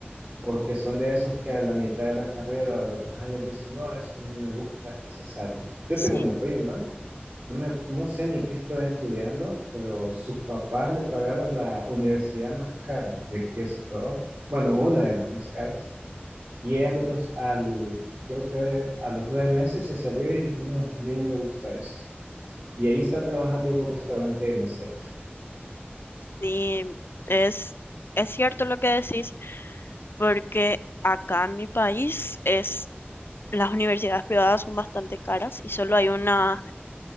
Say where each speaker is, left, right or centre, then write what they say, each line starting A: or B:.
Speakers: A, on the right; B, on the left.
A: porque son de esos que a la mitad de la carrera o a los dos años dicen, no, esto no me gusta y se salen. Yo
B: sí,
A: tengo una prima, no, me- no sé ni qué estaba estudiando, pero sus papás le pagaron la universidad más cara de aquí de Salvador, bueno,
B: sí.
A: una de las más caras, y ella a los dos, al, creo que a los nueve meses se salió y dijo, no, a mí no me gusta esto. Y ahí está trabajando en un restaurante de mesera.
B: Sí, es, es cierto lo que decís, porque acá en mi país es, las universidades privadas son bastante caras y solo hay una,